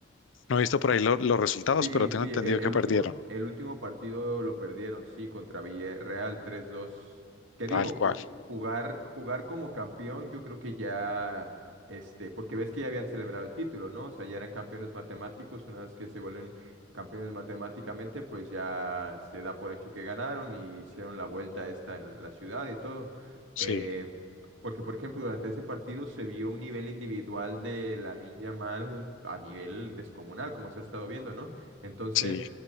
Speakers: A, on the left; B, on the right.
A: No he visto por
B: Sí.
A: ahí lo- los resultados,
B: Sí,
A: pero tengo
B: sí,
A: entendido
B: e-
A: que
B: el
A: perdieron.
B: último, el último partido lo perdieron, sí, contra Villarreal tres dos. ¿Qué
A: Tal
B: digo?
A: cual.
B: Ju- jugar, jugar como campeón, yo creo que ya, este, porque ves que ya habían celebrado el título, ¿no? O sea, ya eran campeones matemáticos, una vez que se vuelven campeones matemáticamente, pues ya se da por hecho que ganaron y hicieron la vuelta esta en la ciudad y todo.
A: Sí,
B: Eh, porque, por ejemplo, durante ese partido se vio un nivel individual de Lamine Yamal a nivel descomunal, como se ha estado viendo, ¿no? Entonces,
A: sí,